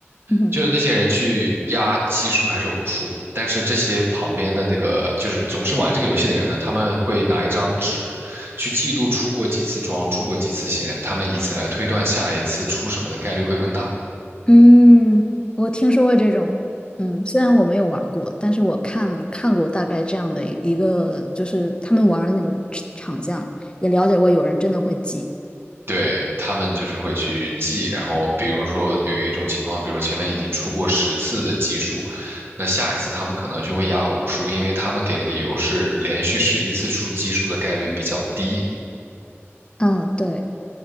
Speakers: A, on the left (about 20°); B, on the right (about 55°).
A: 嗯
B: 就是那些人去压奇数还是偶数，但是这些旁边的那个就是总是玩这个游戏的人呢，他们会拿一张纸去记录出过几次庄，出过几次闲，他们以此来推断下一次出什么的概率会更大。
A: 嗯，我听说过这种。嗯，虽然我没有玩过，但是我看看过大概这样的一个，就是他们玩的那种场像，也了解过有人真的会记。
B: 对，他们就是会去记，然后比如说有一种情况，比如说前面已经出过十次的奇数，那下一次他们可能就会压偶数，因为他们给的理由是连续十一次出奇数的概率比较低。
A: 嗯，对，